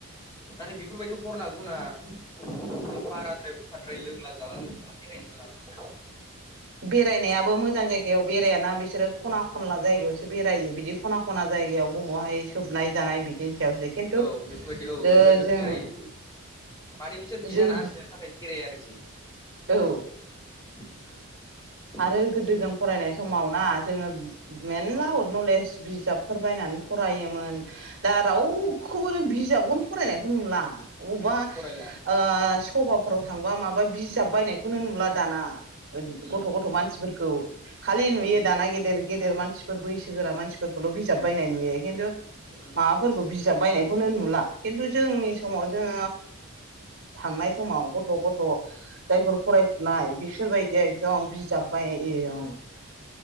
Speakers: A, on the left; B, on the right.
A: नाथाय बेफोरबायदि हरना हागौना <unintelligible> बे बाराद्राय अफारद्राय लोंला जाला जों बेरायनो नाङा आरोखिना
B: बेरायनायाबो मोजां जायगायाव बेरायाना बिसोरो खना खनला जायगायावसो
A: औ
B: बेरायो बिदि खना खना जायगायाव बबहाय सोबनाय जानाय बि दिनिसायावसो खिन्थु
A: औ बेफोरबायदि औ बेफोरबायदियावसो
B: ओ जों
A: बेरायो माने बिसोर गियान
B: जों
A: आरजिनो थाखाय बेराय आरोखि
B: औ
A: उम
B: आरो गोदोजों फरायनाय समाव ना जोङो मेरला
A: औ
B: आवोद नलेज बिजाबफोर बायनानै फरायोमोन दा रावखौबो
A: उम
B: जों बिजाबखौनो फरायनायखौ नुला ओ अबावबा
A: फरायला
B: ओ सभाफोराव थांबा माबा बिजाब बायनाय खौनो नुला दाना
A: उम
B: गथ' <unintelligible> गथ' गथ' मानसिफोरखौ खालि नुयो
A: उम
B: दाना गेदेर गेदेर मानसिफोर बैसोगोरा मानसिफोर खौल' बिजाब बायनाय नुयो खिन्थु
A: उम
B: माबाफोरखौ बिजाब बायनायखौनो नुला खिन्थु जोंनि समाव जों थांनाय समाव गथ' गथ' जायफोर फरायफुनाय बिसोर बायदिया दम बिजाब बायं